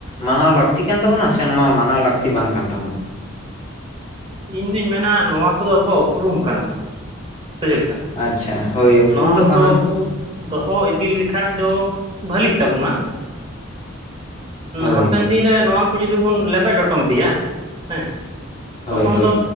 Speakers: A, on the left; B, on the right.
A: ᱢᱟᱱᱟᱣ ᱞᱟᱹᱠᱛᱤ ᱠᱟᱱ ᱛᱟᱵᱚᱱᱟ ᱥᱮ ᱱᱚᱣᱟ ᱢᱟᱱᱟᱣ ᱞᱟᱹᱠᱛᱤ ᱵᱟᱝ ᱠᱟᱱ ᱛᱟᱵᱚᱱᱟ?
B: ᱤᱧ ᱫᱩᱧ ᱢᱮᱱᱟ ᱱᱚᱣᱟ ᱠᱚᱫᱚ ᱟᱵᱚᱣᱟᱜ ᱩᱯᱨᱩᱢ ᱠᱟᱱᱟ᱾ ᱥᱮ ᱪᱮᱫ ᱞᱮᱠᱟ?
A: ᱟᱪᱪᱷᱟ ᱦᱳᱭ ᱩᱯᱨᱩᱢ
B: ᱱᱚᱣᱟ
A: ᱫᱚ
B: ᱠᱚᱫᱚ
A: ᱠᱟᱱᱟ᱾
B: ᱵᱚᱱ ᱫᱚᱦᱚ ᱤᱫᱤ ᱞᱮᱠᱷᱟᱡ ᱫᱚ ᱵᱷᱟᱞᱤᱜ ᱛᱟᱵᱚᱱᱟ᱾
A: ᱦᱳᱭ
B: ᱦᱟᱯᱮᱱ ᱫᱤᱱ ᱨᱮ ᱱᱚᱣᱟᱠᱩ ᱡᱩᱫᱤ ᱵᱩᱱ ᱞᱮᱵᱮᱫ ᱞᱚᱴᱚᱢ ᱤᱫᱤᱭᱟ ᱦᱮᱸ᱾
A: ᱦᱳᱭ
B: ᱛᱚᱠᱷᱚᱱ
A: ᱦᱳᱭ
B: ᱫᱚ